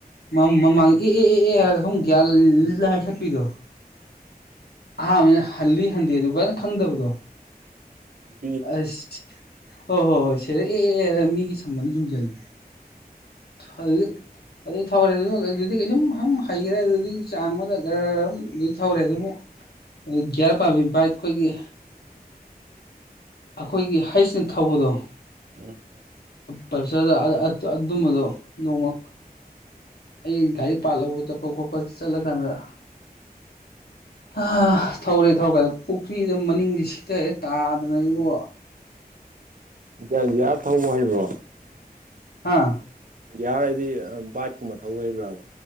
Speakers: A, on the left; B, on the right.
A: ꯃ ꯃꯃꯥꯡ ꯑꯦ ꯑꯦ ꯍꯥꯏꯔꯒ ꯁꯨꯝ ꯒ꯭ꯌꯔ ꯂꯩꯈꯠꯄꯤꯗꯣ ꯑꯍꯥꯟꯕꯅꯤꯅ ꯍꯜꯂꯤ ꯍꯟꯗꯦ ꯑꯗꯨ ꯐꯖꯅ ꯈꯪꯗꯕꯗꯣ
B: ꯎꯝ
A: ꯑꯁ ꯍꯣꯏ ꯍꯣꯏ ꯍꯣꯏ ꯁꯤꯗ ꯑꯦ ꯑꯦ ꯑꯦꯅ ꯃꯤꯒꯤ ꯁꯝꯕꯟꯗ ꯌꯨꯡꯁꯤꯜꯂꯦ <unintelligible> ꯑꯗꯨ ꯊꯧꯔꯦ ꯑꯗꯨ ꯑꯗꯨꯗꯤ ꯁꯨꯝ ꯁꯨꯝ ꯍꯩꯈ꯭ꯔꯦ ꯑꯗꯨꯗꯤ ꯆꯥꯡ ꯑꯃꯗ ꯒꯔ ꯑꯝ ꯑꯗꯨ ꯊꯧꯔꯦ ꯑꯗꯨꯃꯨꯛ ꯑꯗꯨ ꯒꯤꯌꯥꯔ ꯄꯝꯕꯁꯨ ꯕꯥꯏꯛ ꯈꯣꯏꯒꯤ ꯑꯩꯈꯣꯏꯒꯤ ꯍꯩꯁꯅ ꯊꯧꯕꯗꯣ
B: ꯎꯝ
A: ꯄꯜꯁꯔꯗ ꯑ ꯑ ꯑꯗꯨꯝꯕꯗꯣ ꯅꯣꯡꯃ ꯑꯩ ꯒꯥꯔꯤ ꯄꯥꯔꯇ ꯂꯧꯕ ꯆꯠꯄ ꯈꯣꯠꯄ ꯆꯠꯂ ꯀꯥꯟꯗ ꯍ ꯊꯧꯔꯦ ꯊꯧꯔꯀꯥꯟꯗ ꯄꯨꯈ꯭ꯔꯤꯗ ꯃꯅꯤꯡꯗꯤ ꯁꯤꯠꯇꯔꯦ ꯇꯥ ꯅ ꯑꯩꯕꯨ
B: ꯒꯤꯌꯥꯔ ꯊꯧꯕ ꯍꯩꯏꯕ꯭ꯔꯣ
A: ꯍꯥꯥ
B: ꯒꯤꯌꯥꯔ ꯍꯥꯏꯗꯤ ꯕꯥꯏꯛꯀꯨꯝꯕ ꯊꯧꯕ ꯍꯩꯕ꯭ꯔꯥꯕ